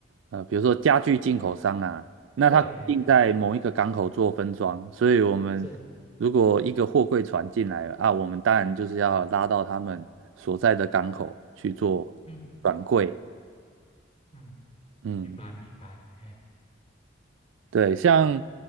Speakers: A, on the right; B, on the left.
A: 呃，比如说家具进口商啊，那他定在某一个港口做分装，
B: 对，哎，
A: 所以我们如果一个货柜船进来了啊，
B: 是，
A: 我们当然就是要拉到他们所在的港口去做转柜，
B: 嗯嗯，
A: 嗯，
B: 明白明白，哎，
A: 对，像